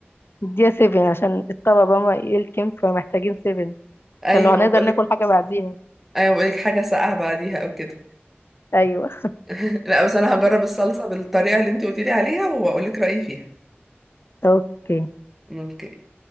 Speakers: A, on the left; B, in the centre.
A: نديها سيفن عشان الطبق بقى ما يلكم فمحتاجين سيفن
B: ايوه
A: عشان لو هنقدر
B: بقول
A: ناكل
B: لك
A: حاجة بعديها
B: ايوه بقول لك حاجه ساقعه بعديها او كده
A: أيوه
B: <laughs> لا بس انا هجرب الصلصه بالطريقه اللي انت قلتي لي عليها وبقول لك رايي فيها
A: أوكي
B: اوكي